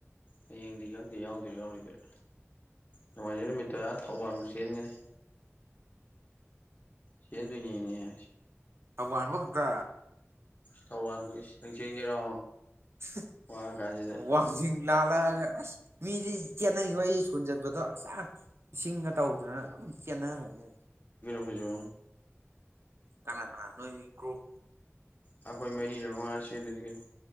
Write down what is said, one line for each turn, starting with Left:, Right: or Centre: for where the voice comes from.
Left: ꯍꯌꯦꯡꯗꯤ ꯈꯪꯗꯤ ꯌꯥꯎꯗꯣꯏꯔ ꯌꯥꯎꯔꯣꯏꯗꯣꯢꯔ ꯅꯣꯡꯃꯥꯏꯖꯤꯡ ꯅꯨꯃꯤꯠꯇ ꯊꯧꯕꯥꯜꯕꯨ ꯆꯦꯟꯒꯅꯤ ꯆꯦꯟꯗꯣꯢꯅꯤꯅꯦ
Right: ꯑꯋꯥꯟꯕꯥ ꯈꯛꯇ
Left: ꯊꯧꯕꯥꯜꯕꯨ ꯅꯪ ꯆꯦꯟꯒꯦꯔꯣ
Right: <unintelligible>
Left: ꯋꯥꯔ ꯀꯥꯟꯁꯤꯗ
Right: ꯋꯥꯡꯖꯤꯡ ꯂꯥꯜꯂꯛ ꯑꯒ ꯑꯁ ꯃꯤꯗꯤ ꯆꯦꯟꯅꯩꯑꯣ ꯑꯩ ꯁꯀ꯭ꯨꯜ ꯆꯠꯄꯗ ꯁꯥꯡ ꯏꯁꯤꯡꯒ ꯇꯧꯗꯅ ꯑꯗꯨꯝ ꯆꯦꯟꯅꯔꯝꯃꯦ
Left: ꯈꯣꯢꯖꯨ
Right: ꯀꯅꯥ ꯀꯅꯥ ꯅꯣꯏ ꯒ꯭ꯔꯨꯞ
Left: ꯑꯩꯈꯣꯏ ꯃꯔꯤꯔ ꯃꯉꯥ ꯆꯦꯟꯗꯣꯢꯅꯤ ꯀꯩꯅꯣ